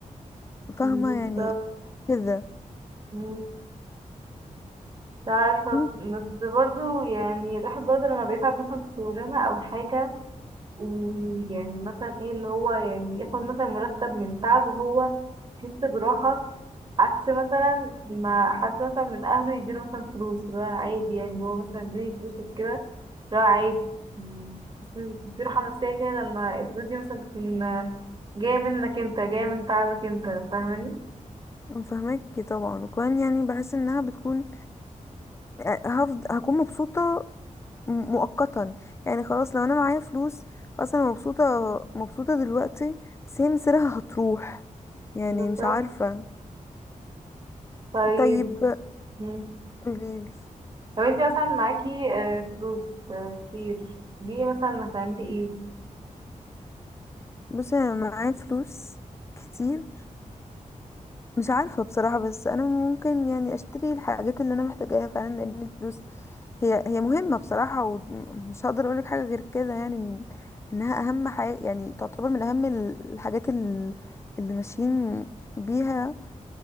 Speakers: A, on the left (about 20°); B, on the right (about 40°).
A: فاهمه
B: بالظبط
A: يعني كده
B: مم، مش عارفة
A: أمم،
B: بس برضه يعني الواحد برضه لما بيتعب مثلا في شغلانة أو حاجة ويعني مثلا ايه اللي هو يعني ياخد مثلا مرتب من تعب وهو يحس براحة عكس مثلا ما حد مثلا من أهله يديله مثلا فلوس اللي هو عادي يعني هو مثلا بيديله فلوس وكده اللي هو عادي يعني بس بيكون في راحة نفسية كده لما الفلوس دي مثلا تكون جاية منك انت جاية من تعبك انت فاهماني
A: فاهماكي طبعا وكمان يعني بحس انها بتكون آه، هفض... هكون مبسوطه م- مؤقتا يعني خلاص لو انا معايا فلوس خلاص انا مبسوطه مبسوطه دلوقتي بس هي مصيرها هتروح يعني
B: بالظبط
A: مش عارفه
B: طيب
A: طيب
B: مم.
A: قوليلي
B: لو انت مثلا معاكي آه، فلوس آه، كتير دي مثلا هتعملي ايه؟
A: بص انا معايا فلوس كتير مش عارفه بصراحه بس انا ممكن يعني اشتري الحاجات اللي انا محتاجاها فعلا لان الفلوس هي هي مهمه بصراحه ومش هقدر اقولك حاجه غير كده يعني إن- انها اهم حاجه يعني تعتبر من اهم ال- الحاجات ال- اللي ماشيين بيها